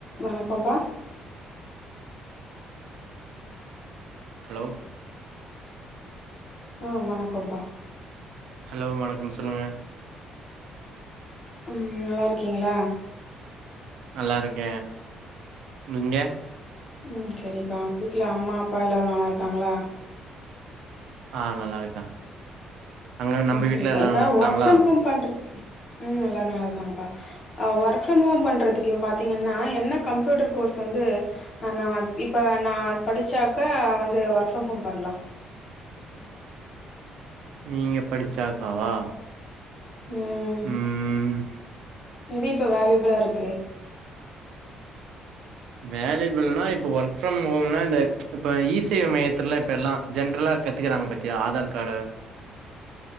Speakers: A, on the left; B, on the right.
A: வணக்கம்ப்பா
B: ஹலோ
A: ஆ வணக்கொம்பா
B: ஹலோ வணக்கம் சொல்லுங்க
A: ம் நல்லாருக்கீங்ளா
B: நல்லாருக்கே நீங்க
A: ம் செரிப்பா வீட்ல அம்மா அப்பா எல்லாரு நல்லா இருக்காங்களா
B: ஆ நல்லா இருக்காங்க அங்க நம்ம
A: ஆ செரிப்பா
B: வீட்ல எல்லா
A: இப்ப
B: நல்லா இருக்காங்களா
A: ஒர்க் ஃப்ரம் ஹோம் பண்றது ம் எல்லாரு நல்லா இருக்காங்கப்பா அ ஒர்க் ஃப்ரம் ஹோம் பண்றதுக்கு இப்ப பாத்தீங்கன்னா என்ன கம்ப்யூட்டர் கோர்ஸ் வந்து ஆ நா இப்ப நா படிச்சாக்க வந்து ஒர்க் ஃப்ரம் ஹோம் பண்லா
B: நீங்க படிச்சாக்காவா
A: ம்
B: ம்
A: எது இப்ப வேலிபுளாருக்கு
B: வேலிபுள்னா இப்போ ஒர்க் ஃப்ரம் ஹோம்னா இந்த ச் இப்ப ஈ சேவை மையத்லா இப்ப எல்லா ஜென்ரலா கத்துக்கிறாங்க பாத்தியா ஆதார் காடு